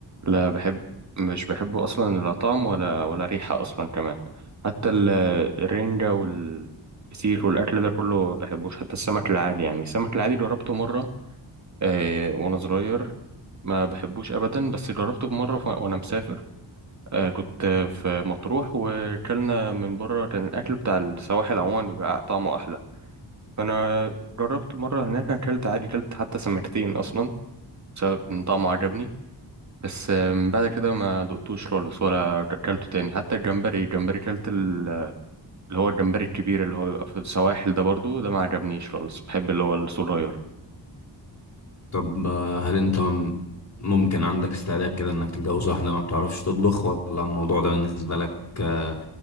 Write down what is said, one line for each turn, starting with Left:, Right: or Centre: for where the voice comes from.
Right: لا بحب مش بحبه أصلا لا طعم ولا ولا ريحة أصلا كمان حتى ال- الرنجة والفسيخ والأكل ده كله ما بحبوش حتى السمك العادي يعني السمك العادي جربته مرة آه، وأنا صغير ما بحبوش أبدا بس جربته مرة ف- وأنا مسافر آه، كنت في مطروح وكلنا من بره كان الأكل بتاع السواحل عموما بيبقى طعمه أحلى فأنا جربت مرة هناك أنا أكلت عادي أكلت حتى سمكتين أصلا بسبب إن طعمه عجبني بس من بعد كده ما دقتوش خالص ولا اكلته تاني حتى الجمبري الجمبري كلت ال- اللي هو الجمبري الكبير اللي هو بيبقى في السواحل ده برضو ده ما عجبنيش خالص بحب اللي هو الصغير
Left: طب آه، هل انت م- ممكن عندك استعداد كده انك تتجوز واحده ما بتعرفش تطبخ ولا الموضوع ده بالنسبه لك آه،